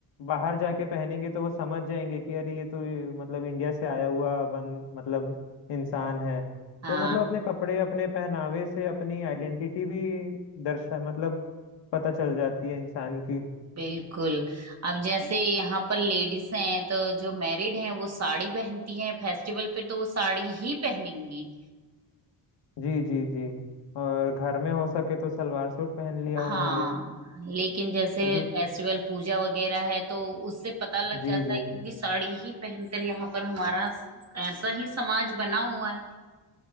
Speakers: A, on the left; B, on the right.
A: बाहर जाके पहनेंगे तो वो समझ जाएंगे कि अरे ये तो ये, मतलब इंडिया से आया हुआ बन मतलब इंसान है
B: हाँ
A: तो मतलब अपने कपड़े अपने पहनावे से अपनी आइडेंटिटी भी दर्शा मतलब पता चल जाती है इंसान की
B: बिल्कुल अब जैसे यहाँ पर लेडीज हैं तो जो मैरिड हैं वो साड़ी पहनती हैं फेस्टिवल पे तो वो साड़ी ही पहनेंगी
A: जी जी जी और घर में हो सके तो सलवार सूट पहन लिया
B: हाँ
A: उन्होंने
B: लेकिन जैसे
A: क्योंकि
B: फेस्टिवल पूजा वगैरह है तो उससे पता लग जाता
A: जी जी
B: है क्योंकि साड़ी ही पहनकर यहाँ पर हमारा ऐसा ही समाज बना हुआ है